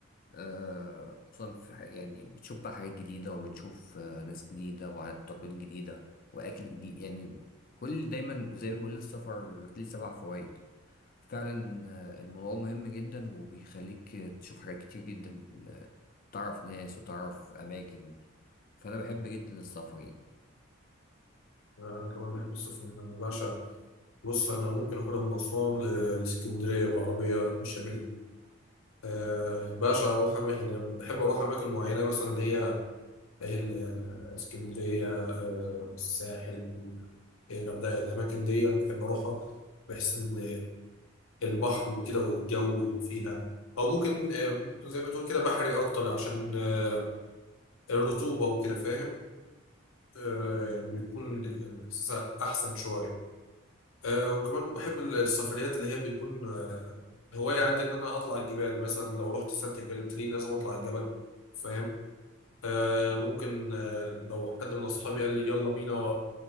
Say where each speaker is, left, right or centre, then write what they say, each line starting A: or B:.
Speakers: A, on the left; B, on the left.
A: آه، خصوصا في ح- يعني بتشوف بقى حاجات جديدة وبتشوف آه، ناس جديدة وعادات تقاليد جديدة وأكل جديد يعني كل دايما زي ما بيقول السفر ليه سبع فوائد فعلا آه، الموضوع مهم جدا وبيخليك تشوف حاجات كتير جدا آه، وتعرف ناس وتعرف أماكن فأنا بحب جدا السفر يعني
B: انا كمان بحب السفر انا بعشق بص انا ممكن اخدها من اسوان ل- لاسكندريه بالعربيه مش هعمل أه باشا اروح أما... يعني بحب اروح اماكن معينه مثلا اللي هي اهل آه، اسكندريه أه الساحل الغردقه الاماكن دي بحب اروحها بحس ان البحر وكده والجو اللي فيها او ممكن آه، ممكن زي ما تقول كده بحري اكتر عشان آه، الرطوبه وكده فاهم أه يعني بيكون يعني احساسها احسن شويه آه وكمان بحب السفريات اللي هي بيكون آه هواية عندي إن أنا أطلع الجبال مثلا لو رحت سانت كاترين لازم أطلع الجبل فاهم آه ممكن آه لو حد من أصحابي قال لي يلا بينا